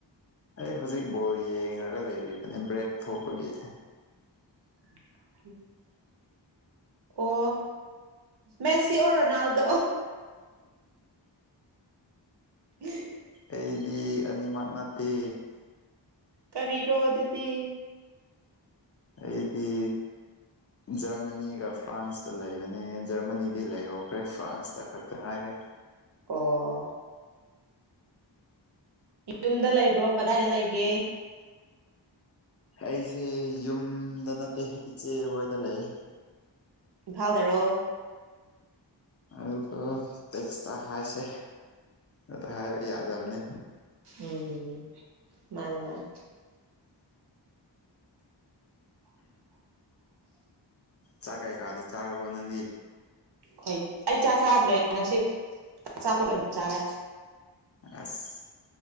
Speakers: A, on the left (about 35°); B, on the right (about 60°).
A: ꯑꯩ ꯍꯧꯖꯤꯛ ꯕꯣꯜ ꯌꯦꯡꯉꯒ ꯂꯩꯔꯤꯕꯅꯤ ꯕ꯭ꯔꯦꯛ ꯊꯣꯛꯄꯒꯤ
B: <inaudible> ꯑꯣ ꯃꯦꯁꯤ ꯑꯣ ꯔꯣꯅꯥꯜꯗꯣ ꯎꯝ
A: ꯑꯩꯗꯤ ꯑꯅꯤꯃꯛ ꯅꯠꯇꯦ
B: ꯀꯔꯤꯔꯣ ꯑꯗꯨꯗꯤ
A: ꯑꯩꯗꯤ ꯖꯔꯃꯅꯤꯒ ꯐ꯭ꯔꯥꯟꯁꯇ ꯂꯩꯕꯅꯦ ꯖꯔꯃꯅꯤꯗꯤ ꯂꯩꯍꯧꯈ꯭ꯔꯦ ꯐ꯭ꯔꯥꯟꯁꯇ ꯈꯛꯇ ꯉꯥꯏꯔꯦ
B: ꯑꯣ ꯌꯨꯝꯗ ꯂꯩꯕ꯭ꯔꯣ ꯀꯗꯥꯏꯗ ꯂꯩꯒꯦ
A: ꯑꯩꯁꯦ ꯌꯨꯝꯗ ꯅꯠꯇꯦ ꯏꯆꯦ ꯍꯗ ꯂꯩ
B: ꯚꯜꯗꯔꯣ
A: ꯑꯗꯨꯀꯣ ꯇꯦꯛꯁꯇ ꯈꯥꯏꯁꯦ ꯑꯗ ꯍꯥꯏꯕ ꯌꯥꯗꯕꯅꯤ
B: ꯎꯝ ꯃꯥꯅꯦ ꯃꯥꯅꯦ
A: ꯆꯥꯛ ꯀꯩꯀꯥꯗꯤ ꯆꯥꯔꯕ꯭ꯔꯣ ꯅꯪꯗꯤ
B: ꯍꯣꯏ ꯑꯩ ꯆꯥꯛ ꯆꯥꯗ꯭ꯔꯦ ꯉꯁꯤ ꯑꯆꯥꯄꯣꯠ ꯑꯣꯏꯅ ꯆꯥꯔꯦ
A: ꯑꯁ